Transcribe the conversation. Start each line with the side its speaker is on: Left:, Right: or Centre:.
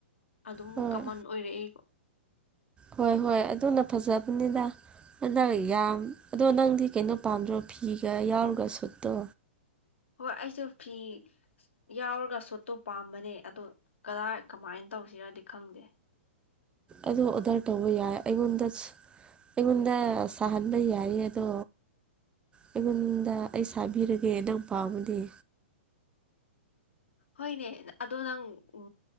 Left: ꯑꯗꯨꯝ
Right: ꯍꯣꯏ
Left: ꯀꯃꯟ ꯑꯣꯏꯔꯛꯑꯦꯀꯣ
Right: ꯍꯣꯏ ꯍꯣꯏ ꯑꯗꯨꯅ ꯐꯖꯕꯅꯤꯅ ꯍꯗ ꯌꯥꯝ ꯑꯗꯣ ꯅꯪꯗꯤ ꯀꯩꯅꯣ ꯄꯥꯝꯗ꯭ꯔꯣ ꯐꯤꯒ ꯌꯥꯎꯔꯒ ꯁꯨꯠꯇꯣ
Left: ꯍꯣꯏ ꯑꯩꯁꯨ ꯐꯤ ꯌꯥꯎꯔꯒ ꯁꯣꯠꯇꯣ ꯄꯥꯝꯕꯅꯦ ꯑꯗ ꯀꯗꯥꯏ ꯀꯃꯥꯏꯅ ꯇꯧꯁꯤꯔꯗꯤ ꯈꯪꯗꯦ
Right: ꯑꯗ ꯑꯣꯗꯔ ꯇꯧꯕ ꯌꯥꯏ ꯑꯩꯉꯣꯟꯗ ꯑꯩꯉꯣꯟꯗ ꯁꯍꯟꯕ ꯌꯥꯏꯌꯦ ꯑꯗꯣ ꯑꯩꯉꯣꯟꯗ ꯑꯩ ꯁꯥꯕꯤꯔꯒꯦ ꯅꯪ ꯄꯥꯎꯕꯗꯤ
Left: ꯍꯣꯏꯅꯦ ꯑꯗꯨꯗ ꯅꯪ ꯎ